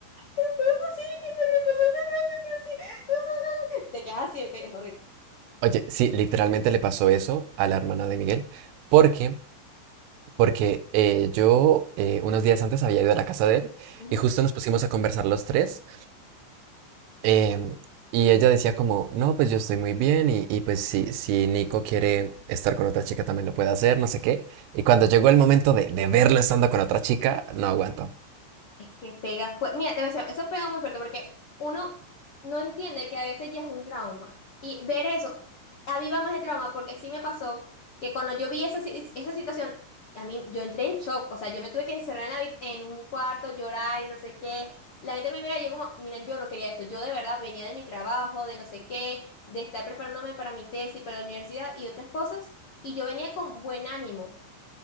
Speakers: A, on the left (about 65°); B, on the right (about 85°).
A: pero ¿cómo es posible que me reemplazaste rápido? Pero sí, no, no, no". Te quedas así, ok, es
B: Oye, sí, literalmente le pasó eso a la hermana de Miguel. ¿Por qué? Porque eh, yo eh, unos días antes había ido a la casa de él
A: horrible.
B: y justo nos pusimos a conversar los tres. Em, y ella decía como, no, pues yo estoy muy bien y, y pues si, si Nico quiere estar con otra chica también lo puede hacer, no sé qué. Y cuando llegó el momento de, de verlo estando con otra chica, no aguanto.
A: Es que pega fuerte. Mira, te voy a decir, eso pega muy fuerte porque uno no entiende que a veces ya es un trauma. Y ver eso aviva más el trauma porque así me pasó que cuando yo vi esa, si- esa situación, a mí yo entré en shock. O sea, yo me tuve que encerrar en, la habit- en un cuarto, llorar y no sé qué. La gente me mira y yo como, miren, yo no quería esto. Yo de verdad venía de mi trabajo, de no sé qué, de estar preparándome para mi tesis, para la universidad y otras cosas. Y yo venía con buen ánimo.